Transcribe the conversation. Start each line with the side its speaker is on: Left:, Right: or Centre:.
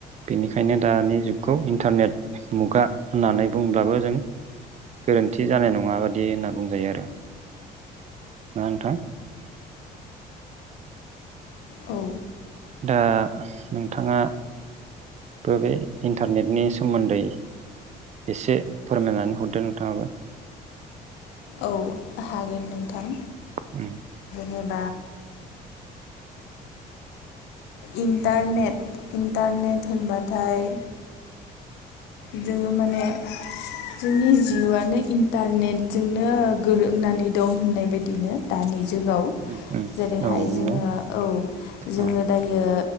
Right: बेनिखायनो दानि जुगखौ इन्टारनेट मुगा होननानै बुंब्लाबो जों गोरोन्थि जानाय नंङा बादि होनना बुंजायो आरो ना नोंथा
Left: औ
Right: दा नोंथाङा बबे इन्टारनेटनि सोमोन्दै एसे फोरमायनानै हरदो नोंथाङाबो
Left: औ हागोन नोंथां
Right: उम
Left: जेबा इन्टारनेट इन्टारनेट होनबाथाय जोंङो माने जोंनि जिउआनो इन्टारनेटजोंनो गोरोबनानै दं होननाय बायदिनो दानि जुगाव
Right: उम उम
Left: जेरैहाय
Right: औ नंगौ
Left: जोंङो औ जोंङो
Right: औ
Left: दायो